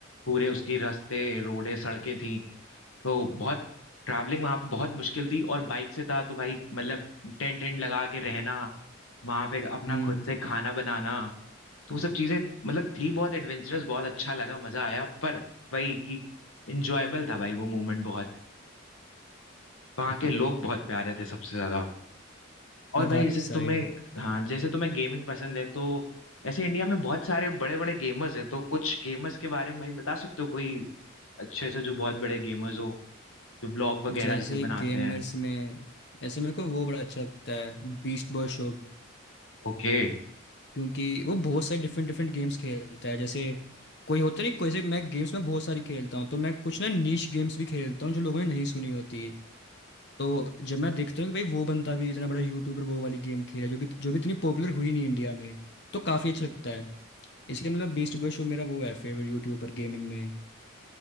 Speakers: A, on the left; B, on the left.
A: पूरे उसकी रास्ते रोडे सड़कें थी तो बहुत ट्रैवलिंग वहां पे बहुत मुश्किल थी और बाइक से था तो भाई मतलब टेंट टेंट लगा के रहना वहां पे अपना
B: हम्म
A: खुद से खाना बनाना तो वो सब चीजें मतलब थी बहुत एडवेंचरस बहुत अच्छा लगा मजा आया पर भाई कि इंजॉयबल था भाई वो मोमेंट बहुत वहां
B: <laughs>
A: के लोग बहुत प्यारे थे सबसे ज्यादा और
B: लद्दाख
A: भाई जैसे
B: की साइड
A: तुम्हें हाँ जैसे तुम्हें गेमिंग पसंद है तो ऐसे इंडिया में बहुत सारे बड़े बड़े गेमर्स हैं तो कुछ गेमर्स के बारे में भाई बता सकते हो कोई अच्छे से जो बहुत बड़े गेमर्स हो जो व्लॉग वगैरह
B: जैसे
A: जैसे बनाते
B: गेमर्स
A: हैं
B: में जैसे मेरे को वो बड़ा अच्छा लगता है बीस्ट बॉय शोब
A: ओके
B: क्योंकि वो बहुत सारे डिफरेंट डिफरेंट गेम्स खेलता है जैसे कोई होता नहीं कोई से मैं गेम्स में बहुत सारी खेलता हूँ तो मैं कुछ ना नीश गेम्स भी खेलता हूँ जो लोगों ने नहीं सुनी होती तो जब मैं देखता हूँ कि भाई वो बंदा भी इतना बड़ा यूट्यूबर वो वाली गेम खेला जो भी जो भी इतनी पॉपुलर हुई नहीं इंडिया में तो काफ़ी अच्छा लगता है इसलिए मतलब बीस्ट बॉय शोब मेरा वो है फेवरेट यूट्यूबर गेमिंग में